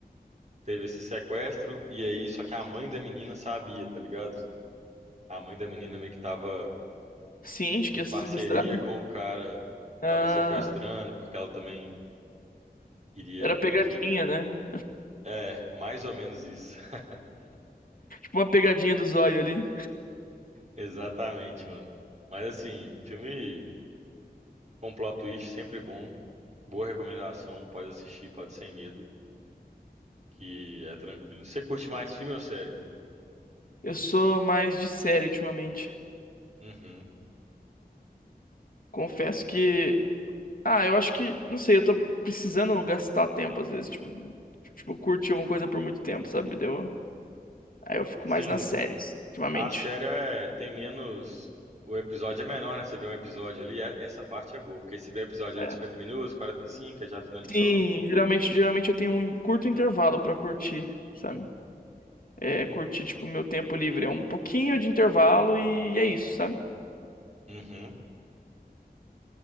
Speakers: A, on the right; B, on the left.
A: teve esse sequestro, e aí, só que a mãe da menina sabia, tá ligado? A mãe da menina meio que tava
B: ciente
A: em
B: que ia
A: parceria
B: ser sequestrada.
A: com o cara, que
B: Ah,
A: tava sequestrando, porque ela também queria
B: era pegadinha,
A: meio que.
B: né?
A: É, mais ou menos isso. <laughs>
B: Uma pegadinha do zóio ali.
A: Exatamente, mano. Mas assim, filme com plot twist sempre bom, boa recomendação, pode assistir, pode sem medo, que é tranquilo. Você curte mais filme ou série?
B: Eu sou mais de série ultimamente.
A: Uhum.
B: Confesso que. Ah, eu acho que. Não sei, eu tô precisando gastar tempo às vezes. Tipo, tipo curtir alguma coisa por muito tempo, sabe? Deu... Aí eu fico
A: Sim,
B: mais nas séries, ultimamente.
A: A série é, tem menos. O episódio é menor, né? Você vê um episódio ali, é- essa parte é boa. Porque se vê episódio ali
B: É.
A: de 50 minutos, 45, já finalizou.
B: Sim, geralmente, geralmente eu tenho um curto intervalo pra curtir, sabe? É curtir, tipo, meu tempo livre. É um pouquinho de intervalo e, e é isso, sabe?
A: Uhum,